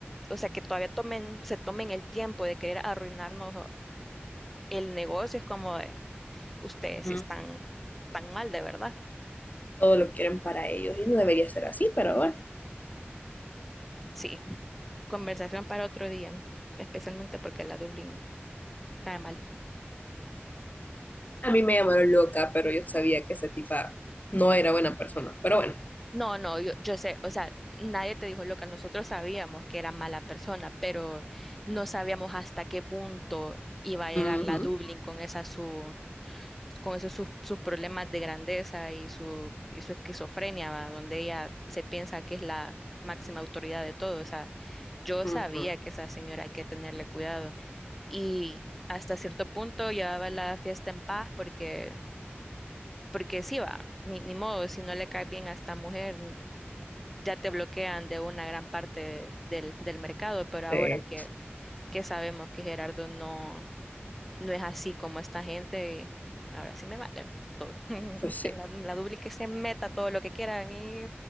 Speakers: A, in the centre; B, on the left (about 40°).
A: o sea, que todavía tomen, se tomen el tiempo de querer arruinarnos el negocio, es como de, ustedes
B: ujú.
A: sí están tan mal de verdad.
B: Todo lo quieren para ellos y no debería ser así, pero bueno.
A: Sí, conversación para otro día, especialmente porque la Dublín cae mal.
B: A mí me llamaron loca, pero yo sabía que esa tipa no era buena persona, pero bueno.
A: No, no, yo, yo sé, o sea, nadie te dijo loca, nosotros sabíamos que era mala persona, pero no sabíamos hasta qué punto iba a llegar
B: Ujú,
A: la Dublín con esa su, con esos sus, sus problemas de grandeza y su, y su esquizofrenia, ¿va? Donde ella se piensa que es la máxima autoridad de todo, o sea, yo
B: ujú,
A: sabía que esa señora hay que tenerle cuidado y hasta cierto punto llevaba la fiesta en paz porque porque sí va, ni, ni modo, si no le cae bien a esta mujer, ya te bloquean de una gran parte del, del mercado, pero ahora
B: Sí,
A: que, que sabemos que Gerardo no, no es así como esta gente, ahora sí me vale todo. <laughs>
B: pues sí,
A: Que la, la Dubli que se meta todo lo que quiera, a mí